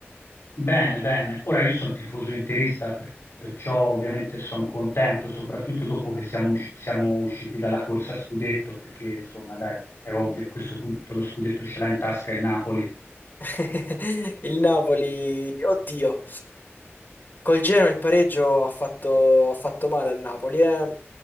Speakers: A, on the left; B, on the left.
A: Bene, bene. Ora io sono tifoso interista, per- perciò ovviamente sono contento, soprattutto dopo che siamo, usci- siamo usciti dalla corsa a scudetto, perché insomma, dai, è ovvio, a questo punto lo scudetto ce l'ha in tasca il Napoli.
B: <laughs> Il Napoli, oddio. Col Genoa il pareggio ha fatto, ha fatto male al Napoli. eh.